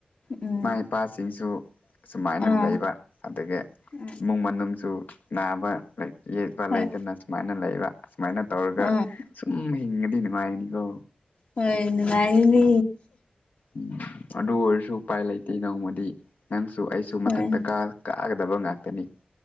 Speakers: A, on the left; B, on the left.
A: ꯎꯝ
B: ꯏꯃꯥ ꯏꯄꯥꯁꯤꯡꯁꯨ ꯑꯁꯨꯃꯥꯏꯅ
A: ꯑꯥ
B: ꯂꯩꯕ ꯑꯗꯨꯒ
A: ꯎꯝ
B: ꯏꯃꯨꯡ ꯃꯅꯨꯡꯁꯨ ꯅꯥꯕ ꯂꯥꯏꯛ ꯌꯦꯛꯄ
A: ꯍꯣꯏ
B: ꯂꯩꯗꯅ ꯁꯨꯃꯥꯏꯅ ꯂꯩꯕ ꯁꯨꯃꯥꯏꯅ ꯇꯧꯔꯒ
A: ꯑꯥ
B: ꯁꯨꯝ ꯍꯤꯡꯉꯗꯤ ꯅꯨꯡꯉꯥꯏꯅꯤꯀꯣ
A: ꯍꯣꯏ ꯅꯨꯡꯉꯥꯏꯌꯤꯅꯦ
B: ꯎꯝ ꯑꯗꯨ ꯑꯣꯏꯔꯁꯨ ꯎꯄꯥꯏ ꯂꯩꯇꯦ ꯅꯣꯡꯃꯗꯤ ꯅꯪꯁꯨ ꯑꯩꯁꯨ
A: ꯍꯣꯏ
B: ꯃꯊꯛꯇ ꯀꯥ ꯀꯥꯒꯗꯕ ꯉꯥꯛꯇꯅꯤ